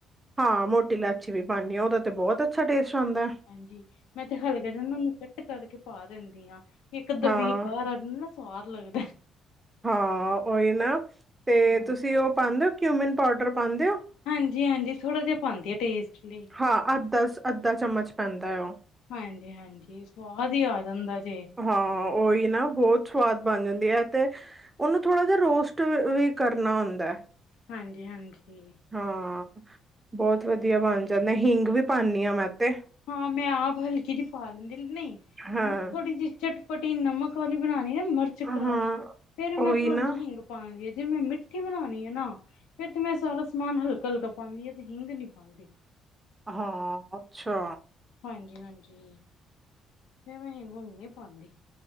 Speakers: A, on the right; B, on the left.
A: ਹਾਂ, ਮੋਟੀ ਇਲਾਇਚੀ ਵੀ ਪਾਣੀ ਉਹਦਾ ਤੇ ਬਹੁਤ ਅੱਛਾ ਟੇਸਟ ਆਂਦਾ।
B: ਹਾਂਜੀ, ਮੈਂ ਤੇ ਹਲਕੇ ਜਿਹੇ ਨੂੰ ਕੱਟ ਕਰਕੇ ਪਾ ਦਿੰਦੀ ਹਾਂ ਇੱਕ ਦਬੀਹ
A: ਹਾਂ
B: ਬਾਹਰ ਆ। ਹੁਣ ਨਾ ਸਵਾਦ ਲੱਗਦਾ
A: ਹਾਂ, ਔਹੀ ਨਾ ਤੇ
B: ਹਾਂ।
A: ਤੁਸੀਂ ਉਹ ਪਾਂਦੇ ਓ ਕਿਊਮਿਨ ਪੋਡਰ ਪਾਂਦੇ ਔ
B: ਹਾਂਜੀ-ਹਾਂਜੀ, ਥੋੜਾ ਜਿਹਾ ਪਾਂਦੀ ਆ ਟੇਸਟ ਲਈ।
A: ਹਾਂ, ਅੱਧਾ-ਅੱਧਾ ਚਮਚ ਪੈਂਦਾ ਓ
B: ਹਾਂਜੀ-ਹਾਂਜੀ ਸਵਾਦ ਈ ਆ ਜਾਂਦਾ ਜੇ।
A: ਹਾਂ, ਔਈ ਨਾ ਬੋਤ ਸਵਾਦ ਬਣ ਜਾਂਦੀ ਐ ਤੇ। ਉਨੂ ਥੋੜ੍ਹਾ ਜਿਹਾ ਰੋਸਟ ਵੀ ਕਰਨਾ ਹੁੰਦਾ।
B: ਹਾਂਜ-ਹਾਂਜੀ।
A: ਹਾਂ, ਬੋਤ ਵਦੀਆ ਬਨ ਜਾਂਦੈ, ਹੀੰਗ ਵੀ ਪਾਨੀ ਆ ਮੈਂ ਤੇ
B: ਹਾਂ, ਮੈਂ ਆਪ ਹਲਕੀ ਜੀ ਪਾ ਲੈਂਦੀ, ਨਈ
A: ਹਾਂ
B: ਥੋੜੀ ਜੀ ਚਟ ਪਟੀ ਨਮਕ ਵਾਲੀ ਬਨਾਣੀ ਹੈ। ਮਰਚ ਕਰਾਰੀ
A: ਹਾਂ
B: ਫੇਰ ਮੈਂ
A: ਉਹੀ
B: ਥੋੜੀ
A: ਨਾ
B: ਜੀ ਹਿੰਗ। ਆਪਾਂ ਜੇ ਮੈਂ ਮਿੱਠੀ ਬਨਾਣੀ ਏਨਾ। ਫੇਰ ਤੇ ਮੈਂ ਸਾਰਾ ਸਮਾਨ ਹਲਕਾ-ਹਲਕਾ ਪਾਣੀਆ ਤੇ ਹਿੰਗ ਨੀ ਪਾਦੀ।
A: ਹਾਂ ਅੱਛਾ।
B: ਹਾਂਜੀ- ਹਾਂਜੀ ਫਿਰ ਮੈਂ ਘੁੰਮ ਨੀ ਪਾਉਂਦੀ।